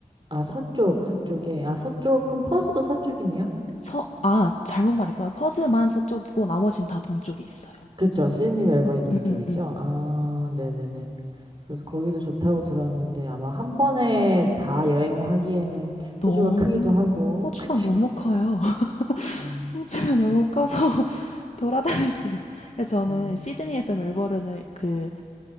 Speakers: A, on the right (about 35°); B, on the left (about 50°).
A: 아, 서쪽, 서쪽에. 아, 서쪽, 그럼 퍼스도 서쪽이네요?
B: 서, 아, 잘못 말했구나. 퍼즈만 서쪽이고 나머진 다 동쪽에 있어요.
A: 그쵸. C님 앨범이 동쪽이죠?
B: 응, 응, 응.
A: 아, 네네네. 그래서 거기도 좋다고 들었는데 아마 한 번에 다 여행을 하기에는
B: 너무,
A: 호주가 크기도 하고,
B: 호주가
A: <laughs> 그쵸?
B: 너무 커요. <laughs>
A: 음,
B: 호주가 너무
A: 그렇군.
B: 커서. 돌아다닐 <laughs> 수가 없. 그래서 저는
A: 음,
B: 시드니에서 멜버른을 그,